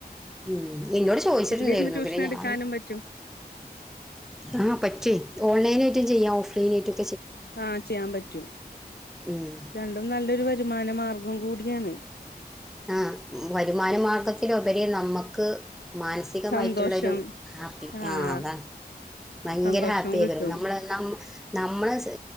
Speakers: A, in the centre; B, on the left.
A: ഉം എന്നോട് ചോയ്ച്ചിട്ടുണ്ടായിരുന്നു
B: വീട്ടിലിരുന്ന് ട്യൂഷൻ
A: പിന്നെ ഞാൻ
B: എടുക്കാനും പറ്റും
A: ആ പറ്റുയ്. ഓൺലൈനായിട്ടും ചെയ്യാം ഓഫ്‌ ലൈനായിട്ടും
B: ആ ചെയ്യാൻ പറ്റും
A: ഉം
B: രണ്ടും നല്ലൊരു വരുമാനമാ ഗം കൂടിയാണ്
A: ആ വരുമാന മാർഗത് ത്തിലുപരി നമ്മ ക് മാനസികമായിട്ടുള്ളൊരു
B: സന്തോഷം
A: ഹാപ്പി ആ
B: ആഹ്
A: അതാണ് ഭയങ്കര
B: സന്തോഷവും
A: ഹാപ്പി
B: കിട്ടും
A: നമ്മടെ എല്ലാം നമ്മളെ സൈ